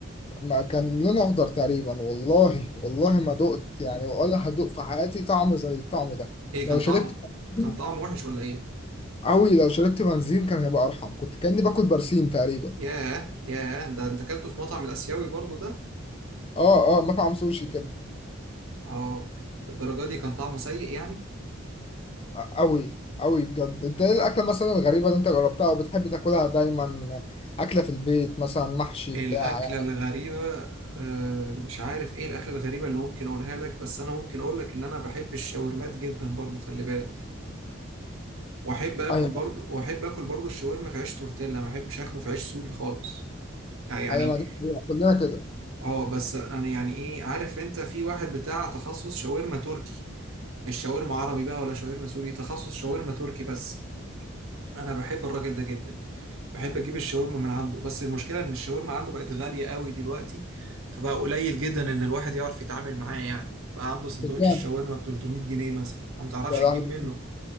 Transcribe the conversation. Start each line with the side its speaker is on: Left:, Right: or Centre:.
Left: ما كان لونه اخضر تقريبا والله والله ما دقت يعني ولا هدوق في حياتي طعم زي الطعم ده
Right: ايه
Left: لو
Right: كان
Left: شربت
Right: طعم
Left: بنزين
Right: كان طعمه وحش ولا ايه
Left: قوي لو شربت بنزين كان هيبقى ارحم كنت كاني باكل برسيم تقريبا
Right: ياه ياه ده انت اكلته في مطعم الاسيوي برضو ده
Left: اه اه مطعم سوشي كده
Right: اه للدرجه دي كان طعمه سيء يعني
Left: قوي قوي بجد انت ايه الاكله مثلا الغريبه اللي انت جربتها وبتحب تاكلها دايما اكله في البيت مثلا محشي
Right: الاكله
Left: بتاع
Right: الغريبه آه مش عارف ايه الاكله الغريبه اللي ممكن اقولها لك بس انا ممكن اقول لك ان انا بحب الشاورمات جدا برضو خلي بالك واحب اكل
Left: يعني
Right: برضو واحب اكل برضو الشاورما في عيش تورتيلا ما بحبش اكله في عيش سوري خالص يعني
Left: ايوه ما دي حقيقة. كلنا كده
Right: اه بس انا يعني ايه عارف انت في واحد بتاع تخصص شاورما تركي مش شاورما عربي بقى ولا شاورما سوري تخصص شاورما تركي بس انا بحب الراجل ده جدا بحب اجيب الشاورما من عنده بس المشكلة ان الشاورما عنده بقت غالية قوي دلوقتي فبقى قليل جدا ان الواحد يعرف يتعامل معاه يعني بقى عنده سندوتش
Left: بجد
Right: الشاورما ب 300 جنيه مثلا فما تعرفش
Left: يا لهوي
Right: تجيب منه